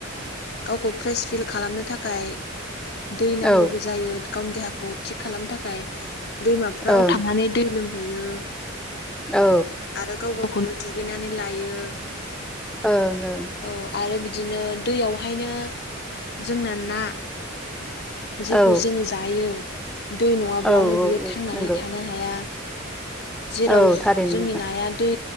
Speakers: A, on the left; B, in the centre.
A: गावखौ फ्रेस फिल खालामनो थाखाय दै नांगौबो
B: औ
A: जायो गावनि देहाखौ थिग खालामनो थाखाय। दैमाफ्राव
B: ओं
A: थांनानै दै लोंहैयो
B: औ
A: आरो गाव गावखौनो दुगैनानै लायो।
B: ओं ओं
A: औ आरो बिदिनो दैयावहायनो जोंना ना जेखौ
B: औ
A: जोङो जायो दै नङाब्लानो
B: औ
A: बियो
B: औ
A: थांनानै
B: नंगौ
A: थानो हाया। जेराव
B: औ थारैनो
A: जोंनि
B: नोंथां
A: नाया दै